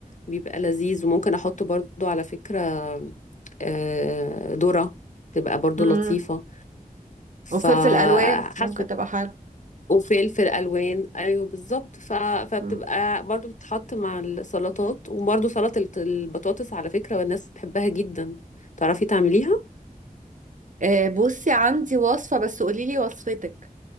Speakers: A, on the left; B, on the right.
A: بيبقى لذيذ وممكن احط برضو على فكرة آه، ذرة تبقى برضو
B: مم.
A: لطيفة فحسب
B: وفلفل الوان ممكن تبقى حلو
A: وفلفل الوان ايوه بالظبط ف... فبتبقى
B: مم.
A: برضو بتتحط مع السلطات وبرضو سلطة البطاطس على فكرة والناس بتحبها جدا تعرفي تعمليها
B: آه، بصي عندي وصفه بس قولي لي وصفتك